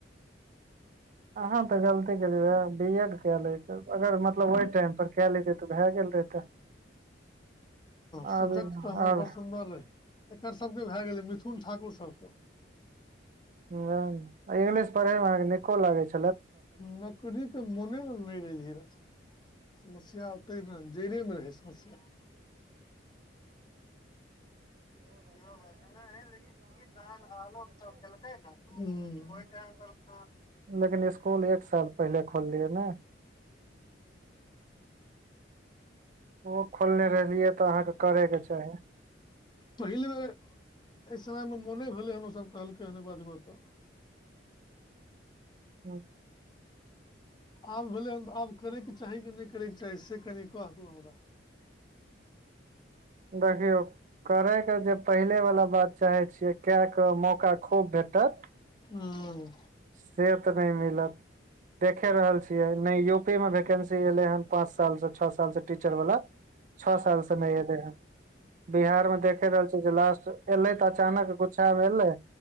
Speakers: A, on the left; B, on the right.
A: <inaudible>
B: अहाँ
A: हँ
B: तऽ गलती केलियै रहे बी एड कए लैतै अगर मतलब ओहि टाइम पर कए लैतै तऽ भए गेल रहितै
A: सब्जेक्ट
B: आब
A: तऽ हमर
B: आब
A: बड़ सुन्दर रहै एकर सबके भए गेलै मिथुन ठाकुर सबके
B: ह इंगलिश पढ़े मे के निको लागे छै
A: नौकरी के मोने नहि रहै धीरज समस्या ओतै जड़ेमे रहै समस्या इहो बात नहि ह लेकिन क तह आलोक सब केलकै ने ओहि टाइम पर आ
B: लेकिन स्सकुल एक साल पहिले खोललियै ने ओ खोलने रहलियै तऽ अहाँके करेके चाही
A: पहिल बेर एहि समय मे मोने भेलै हन ओ सब कहलकै हन एक दुो तऽ
B: हँ
A: आब भेलै हन तऽ आब करयके चाही कि नहि करयके चाही से कनि कहतेलहुँ हमरा
B: देखियौ करयके जे पहिलेवला बात चाहै छियै कए कऽ मौका खूब भेटत
A: हूंम्म
B: से तऽ नहि मिलत देखे रहल छियै नहि यूपी मे वैकेंसी एले हन पाँच साल से छौ साल से टीचर वाला छौ साल से एले हन बिहार मे देखे रहल छै जे लास्ट एलै तऽ अचानक गुच्छामे एलै